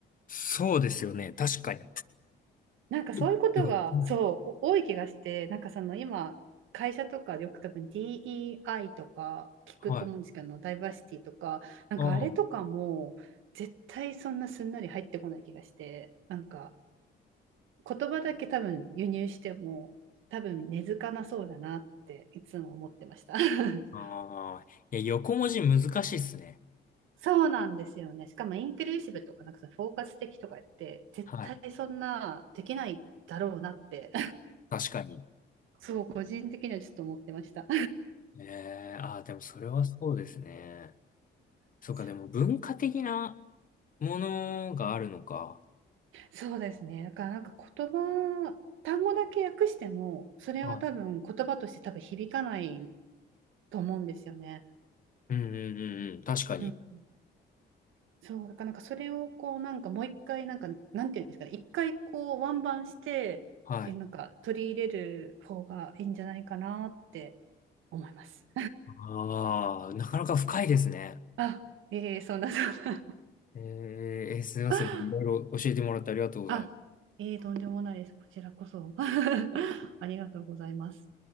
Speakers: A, on the left (about 45°); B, on the right (about 80°).
A: そうですよね。確かに。
B: なんかそういうことがそう多い気がしてなんかその今会社とかでよく多分
A: はいでは来ないな。
B: DEI とか聞くと思うんですけどダイバーシティとかなんかあれとかも絶対そんなすんなり入ってこない気がしてなんか
A: はい。ああ。
B: 言葉だけ多分輸入しても多分根付かなそうだなっていつも思ってました <laughs>。
A: ああ。いや、横文字難しいっすね。
B: そうなんですよね。しかもインクルーシブとかなんかその包括的とか言って絶対そんなできないだろうなって
A: はい。確かに。
B: <laughs> そう個人的にはちょっと思ってました
A: ええ、ああ、でもそれはそうですね。
B: <laughs>。
A: そうか、でも文化的なものがあるのか。
B: そうですね。だからなんか言葉単語だけ訳してもそれは多分言葉として多分響かない
A: はい。
B: と思うんですよね。
A: うんうんうんうん。確かに。
B: うんそう、だからなんかそれをこうなんかもう一回なんかなんていうんですかね、一回こうワンバンしてえなんか取り入れる方がいいんじゃないかなって
A: はい。
B: 思います。
A: ああ、なかなか深いですね。
B: <laughs> あ、えー、そんなそんな。
A: えーえー、すいません。
B: <laughs>
A: いろいろ教えてもらってありがとうございます。
B: あ、えー、とんでもないです。こちらこそ。<laughs> ありがとうございます。